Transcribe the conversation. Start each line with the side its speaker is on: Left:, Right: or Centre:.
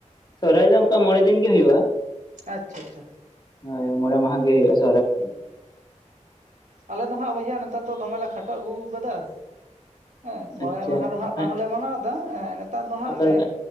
Left: ᱥᱚᱨᱦᱟᱭ ᱫᱚ ᱚᱱᱠᱟ ᱢᱚᱬᱮ ᱫᱤᱱ ᱜᱮ ᱦᱩᱭᱩᱜᱼᱟ ᱾
Right: ᱟᱪᱪᱷᱟ ᱟᱪᱪᱷᱟ ᱾
Left: ᱦᱳᱭ ᱢᱚᱬᱮ ᱢᱟᱦᱟ ᱜᱮ ᱦᱩᱭᱩᱜᱼᱟ ᱾
Right: ᱦ ᱟᱞᱮ ᱾ <unintelligible> ᱫᱚ ᱦᱜ ᱵᱚᱭᱦᱟ ᱱᱮᱛᱟᱨ ᱫᱚ ᱫᱚᱢᱮ ᱠᱮ ᱠᱷᱟᱴᱚ ᱟᱹᱜᱩ ᱟᱠᱟᱫᱟ ᱦᱮᱸ ᱢᱚᱬᱮ
Left: ᱟᱪᱪᱷᱟ
Right: ᱢᱟᱦᱟ ᱫᱚ ᱱᱦᱜ
Left: ᱦᱮᱸ
Right: ᱵᱟᱝᱞᱮ ᱢᱟᱱᱟᱣ ᱟ ᱾ ᱵᱟᱝᱜᱮ ᱱᱮᱛᱟᱨ ᱫᱚ ᱦᱟᱸᱜ
Left: ᱚᱠᱟ ᱞᱮᱠᱟ